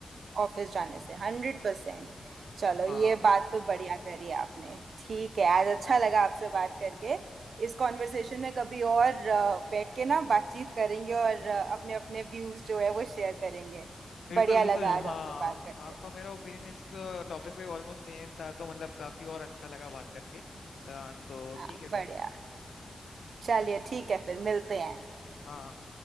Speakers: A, on the right; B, on the left.
A: ऑफिस जाने से हंड्रेड परसेंट चलो
B: हाँ
A: ये बात तो बढ़िया करी आपने ठीक है आज अच्छा लगा आपसे बात करके इस कॉन्वर्सेशन में कभी और अ, बैठ के ना बातचीत करेंगे और अपने अपने व्यूज जो है वो शेयर करेंगे
B: बिल्कुल
A: बढ़िया
B: बिल्कुल
A: लगा
B: हाँ
A: आज आपसे बात
B: आप,
A: करके
B: आपका मेरा ओपिनियन इस टॉपिक पे ऑलमोस्ट सेम था तो मतलब काफी और अच्छा लगा बात करके अ, तो
A: हाँ
B: ठीक है फिर
A: बढ़िया चलिए ठीक है फिर मिलते हैं
B: हाँ